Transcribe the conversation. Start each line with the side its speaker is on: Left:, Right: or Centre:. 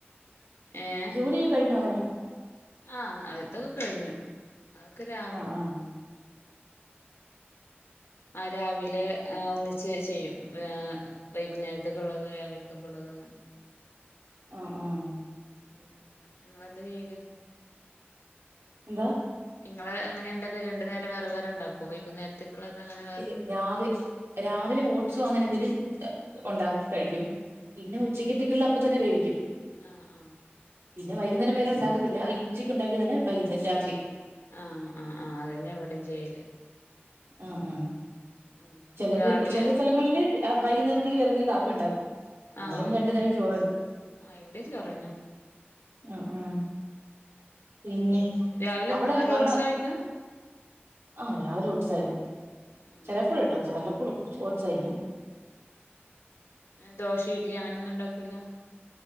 Left: ഏഹ്
Right: ജോലിയോ കഴിഞ്ഞോ അങ്ങനെ.
Left: ആഹ് അത് കഴിഞ്ഞു. അതൊക്കെ രാവിലെ.
Right: ആ ആ
Left: ആഹ് രാവിലെ ഒന്നി ച്ച് ചെയ്യും, വൈകുന്നേരത്തേക്കെ ഉള്ളതോ രാവിലെക്കൊക്കെ ഉള്ളതോ അങ്ങനെ.
Right: ആ ആ
Left: ഉം ഇങ്ങള് എന്താ ചെയ്യല്.
Right: എന്താ
Left: ഇങ്ങള് എങ്ങനെ ഉണ്ടാക്കെ രണ്ടു നേരം വേറെ വേറെ ഉണ്ടാക്കോ വൈകുന്നേരത്ത്. ഉള്ളതങ്ങനെ
Right: ഇ രാവിലെ രാവിലെ ഓട്സോ അങ്ങനെ എന്തെങ്കിലും ഉണ്ടാക്കി കഴിയ്ക്കും പിന്നെ ഉച്ചക്കെത്തെക്ക്ള്ള അപ്പതന്നെ വേവിയ്ക്കും
Left: ആ ആ
Right: പിന്നെ വൈകുന്നേരം വേറെ ഉണ്ടാക്കത്തില്ല ഈ ഉച്ചയ്ക്ക് ഉണ്ടാക്കിയതെന്നെ വൈകുന്നേ രാത്രി
Left: ആ അ ആ അതന്നെ ഇവടിം ചെയ്യല്
Right: ആ ആ
Left: ഉം
Right: ചെലര്
Left: രാവിലെ
Right: ചെല സ്ഥലങ്ങളില് ആഹ് വൈകുന്നേരത്തേക്ക് വേറെ എന്തെങ്കിലും കാപ്പി ഉണ്ടാകും നമ്മള്
Left: ആഹ്
Right: പിന്നെ രണ്ടു നേരം ചോറന്നെ
Left: ആഹ് ഇവിടെയും ചോറന്നെ
Right: അ ആഹ് പിന്നെ
Left: രാവിലെ
Right: അവടെ
Left: എന്നും
Right: വന്ന
Left: ഓട്സാ കഴിക്കാ
Right: ആഹ് രാവിലെ ഓട്സായിരുന്നു
Left: ആഹ്
Right: ചെലപ്പോഴട്ടോ വല്ലപ്പോഴും ഓട്സായിരിക്കും
Left: എ ദോശ ഇഡലി അങ്ങനൊന്നും ഉണ്ടാക്കൂല